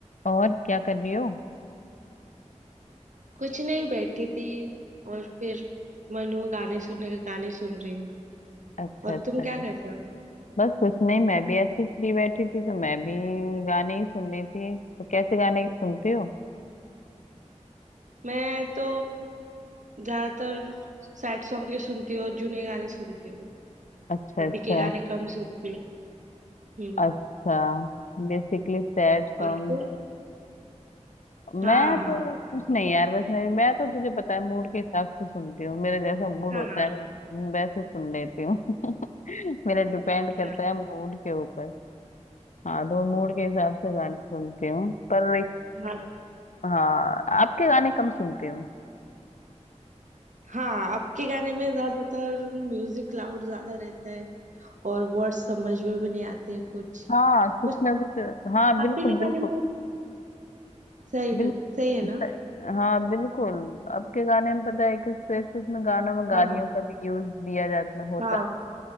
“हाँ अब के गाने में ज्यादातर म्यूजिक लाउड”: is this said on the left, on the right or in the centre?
Right